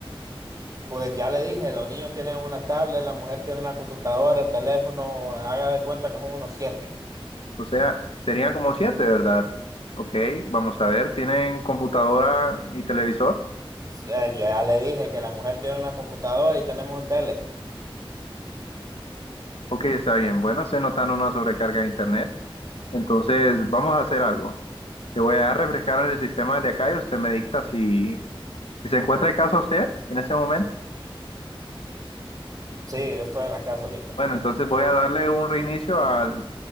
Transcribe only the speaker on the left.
O sea, serían como siete, ¿verdad? Ok, vamos a ver, ¿tienen computadora y televisor?
Ok, está bien. Bueno, estoy notando una sobrecarga de internet. Entonces, vamos a hacer algo. Te voy a refrescar en el sistema de acá y usted me dicta si, si se encuentra en casa usted en ese momento.
Bueno, entonces voy a darle un reinicio al,